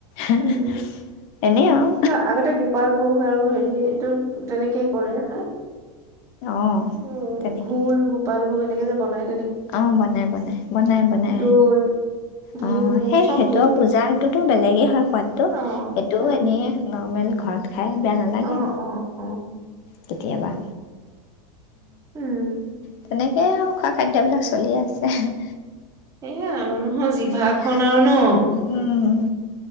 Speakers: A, on the left; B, on the right.
A: আঁ
B: উম,
A: হ এনেই আৰু
B: কিয় আগতে গোপাল ভোগ আৰু হেৰিটো তেনেকে কৰে ন
A: অঁ
B: উ
A: তেনেকৈ
B: ঘোল গোপাল ভোগ তেনেকৈ যে বনায়
A: অঁ বনাই বনাই বনাই বনাই
B: দৈ, ঘিউ,
A: অঁ
B: মৌ
A: সেই
B: চব
A: সেইটো
B: দিয়ে।
A: পূজাৰটোতো বেলেগে হয় সোৱাদতটো
B: অ',
A: এইটোও
B: উম,
A: এনেই নৰ্মেল ঘাট খাই বেয়া নালাগে
B: অ', অ', অ',
A: কেতিয়াবা
B: উম।
A: তেনেকৈ হে আৰু খোৱা খাদ্যবিলাক চলি আছে
B: এয়া মানুহৰ জিভাখন
A: এতিয়া।
B: আৰু ন
A: উম,